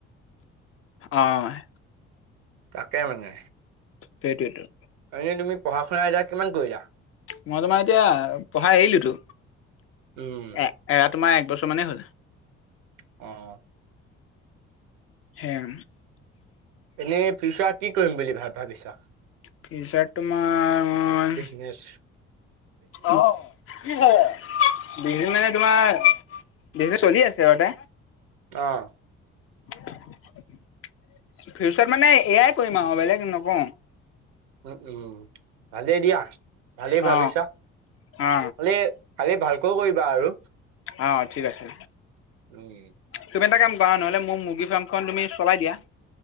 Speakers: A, on the left; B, on the right.
A: অ'।
B: তাকে মানে।
A: সেইতোৱেটো।
B: এনেই তুমি পঢ়া শুনা এতিযা কিমান কৰিলা?
A: মই তোমাৰ এতিয়া পঢ়াই এৰিলোতো,
B: উম,
A: এ এৰা তোমাৰ একবছৰ মানেই হ'ল।
B: অ'।
A: হে'
B: এনেই ফিউচৰা কি কৰিম বুলি ভ ভাবিছা?
A: ফিউচাৰতো মই
B: ইয়েছ।
A: অ কি বিছদ মানে তোমাৰ বিছদ চলি আছে ঘতে <unintelligible>
B: অঁ।
A: ফিউচাৰত মানে এয়াই কৰিম আৰু বেলেগ নকৰো।
B: উম, উম ভালেই দিয়া ভালেই
A: অ
B: ভাবিছা।
A: অ
B: খালি খালি ভালকৈ কৰিবা আৰু।
A: অ' ঠিক আছে।
B: উম,
A: তুমি এটা কাম কৰা নহ'লে মোৰ মুৰ্গী ফাৰ্মখন তুমি চলাই দিয়া।